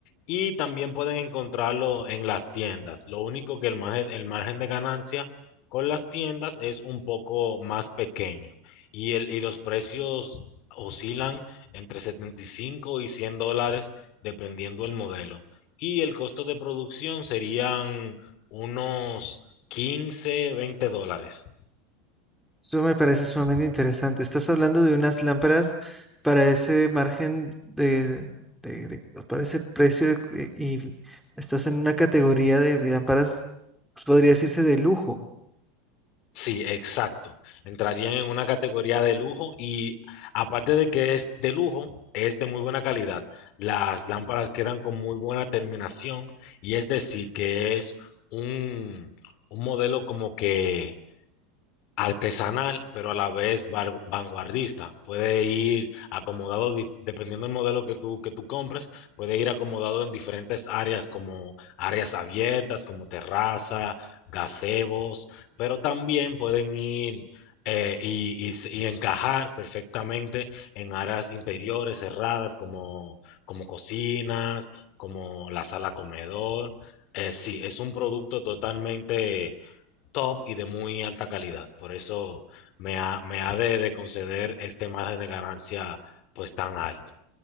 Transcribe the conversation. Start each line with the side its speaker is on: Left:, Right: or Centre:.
Left: y también pueden encontrarlo en las tiendas. Lo único que el margen, el margen de ganancia con las tiendas es un poco más pequeño y, el, y los precios oscilan entre 75 y 100 dólares dependiendo el modelo. Y el costo de producción serían unos 15, 20 dólares.
Centre: Eso me parece sumamente interesante. Estás hablando de unas lámparas para ese margen de, de- de- pues, para ese precio de- eh, y estás en una categoría de lámparas, pues, podría decirse de lujo.
Left: Sí, exacto. Entrarían en una categoría de lujo y aparte de que es de lujo, es de muy buena calidad. Las lámparas quedan con muy buena terminación y es decir que es un, un modelo como que artesanal, pero a la vez var- vanguardista. Puede ir acomodado, di- dependiendo del modelo que tú, que tú compres, puede ir acomodado en diferentes áreas como áreas abiertas, como terraza, gazebos, pero también pueden ir eh, y, y se- y encajar perfectamente en áreas interiores cerradas como, como cocinas, como la sala comedor. Eh, sí, es un producto totalmente top y de muy alta calidad. Por eso me ha, me ha de, de conceder este margen de ganancia pues tan alto.